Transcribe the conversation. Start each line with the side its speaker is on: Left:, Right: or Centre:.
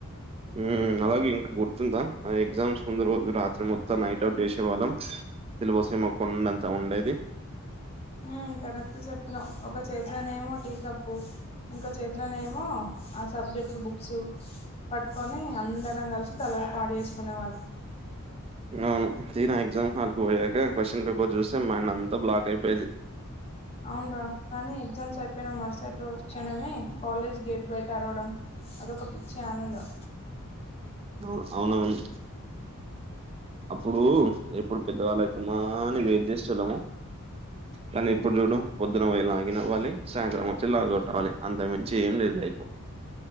Right: ఉహ్ అలాగే ఇంకా గుర్తుందా ఆ ఎగ్జామ్స్ ముందు రోజు రాత్ త్రి మొత్తం నైట్ అవుట్ జెశేవాళ్ళం సిలబసేమో కొండంతా ఉండేది.
Left: హు కరెక్ట్ జేపినవ్ ఒక చేతులానేమో టీ కప్పు, ఇంకో చేతులానేమో ఆ సబ్జెక్ట్ బుక్సు పట్టుకొని అందరం కలిసి తలలు పాడు ఏసుకునే వాళ్ళం.
Right: నావును తీరా ఎగ్జామ్ హాల్ కు ఓయకా క్వశ్చన్ పేపర్ జుస్తే మైండ్ అంతా బ్లాక్ అయపేయేది.
Left: అవున్రా కానీ ఎగ్జామ్స్ అయిపోయినా మరుసటి రోజ్ క్షణమే కాలేజ్ గేట్ బయట అరవడం అదొక పిచ్చి ఆనందం.
Right: అవును. అవునవును. అప్పుడు ఎప్పుడు పెద్దవాళ్ళ అయితమా అని వెయిట్ జేశోలము. కానీ ఇప్పుడు జుడు పొద్దున ఓయి లాగిన్ అవాలి సాయంత్రం వచ్చి లాగ్ అవుట్అవాలి అంతమించ్ లేద్ లైఫో